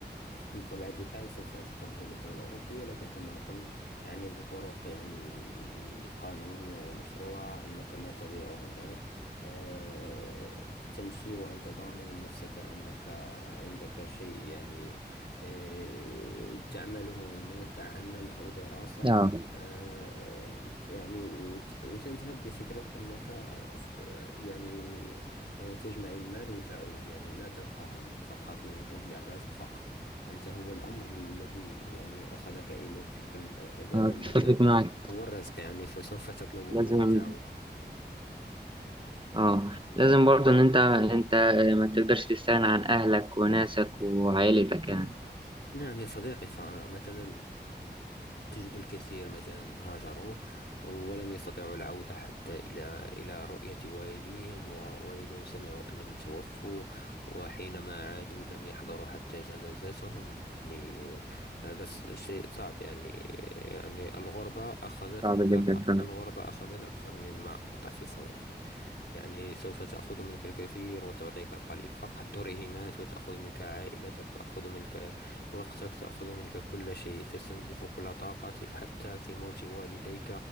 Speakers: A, on the left; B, on the right.
A: بطبيعة <laughs> الحال سوف تفضل الدولة الأوروبية لكن كما قلنا يعني بطرق يعني قانونية ومشروعة أنك لا تضيع هناك آه، تمشي وأنت ضامن نفسك أنك عندك شيء يعني آه، تعمله هناك عمل أو دراسة
B: اه
A: آه، يعني وت- وتذهب بفكرة أنك آه، ف- آه، يعني تجمع المال وتعود يعني لا تبقى هناك فقط من أجل الرزق فقط أنت هو الأمر الذي يعني أخذك إلى تلك الم- ذلك
B: أنا
A: المكان
B: أتفق معك
A: هو الرزق يعني فسوف تطلبه وتعود
B: لازم اه لازم برضه ان انت انت ما تقدرش تستغنى عن اهلك وناسك وعائلتك يعني
A: نعم يا صديقي فمثلا تجد الكثير مثلا هاجروا ولم يستطيعوا العودة حتى إلى إلى رؤية والديهم ووالدهم سمعوا أنهم توفوا وحينما عادوا لم يحضروا حتى جنازتهم يعني هذا س- شيء صعب يعني يعني الغربة أخذت
B: صعب
A: أكثر
B: جدا
A: الغربة أخذت أكثر مما أعطت يا صديقي يعني سوف تأخذ منك الكثير وتعطيك القليل فقط تريهمات وتأخذ منك عائلتك تأخذ منك وقتك تأخذ منك كل شيء تستنزف كل طاقتك حتى في موت والديك